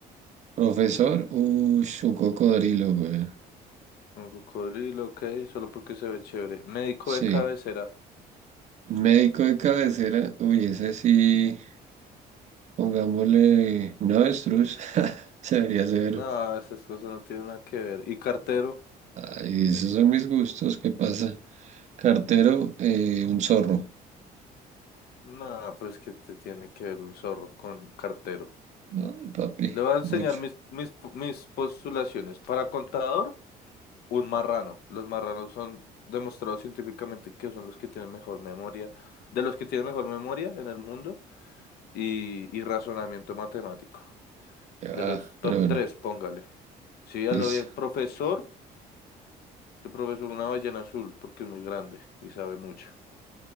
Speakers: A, on the right; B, on the left.
A: Profesor, uy, un cocodrilo, güey.
B: Un cocodrilo, ok, solo porque se ve chévere. ¿Médico
A: Sí.
B: de cabecera?
A: Médico de cabecera, uy, ese sí, pongámosle un avestruz. <laughs> Se vería severo.
B: No, esas cosas no tienen nada que ver. ¿Y cartero?
A: Ay, esos son mis gustos, ¿qué pasa? Cartero, eh, un zorro.
B: No, pues que te tiene que ver un zorro con cartero.
A: Ay, papi,
B: Le voy a enseñar
A: mucho.
B: mis, mis, mis postulaciones. Para contador, Un marrano. Los marranos son demostrados científicamente que son los que tienen mejor memoria, de los que tienen mejor memoria en el mundo y, y razonamiento matemático.
A: Ya,
B: De
A: va,
B: los top
A: pero bueno,
B: tres, póngale. Sí, ya
A: listo.
B: lo bien. Profesor, tu profesor una ballena azul porque es muy grande y sabe mucho.